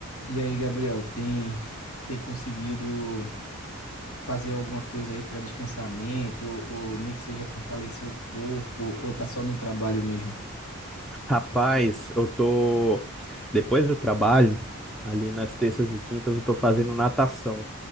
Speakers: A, on the left; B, in the centre.
A: E aí, Gabriel, tem tem conseguido fazer alguma coisa aí para descansar a mente, ou, ou nem que seja fortalecer o corpo, ou tá só no trabalho mesmo?
B: Rapaz, eu tô. Depois do trabalho, ali nas terças e quintas, eu tô fazendo natação.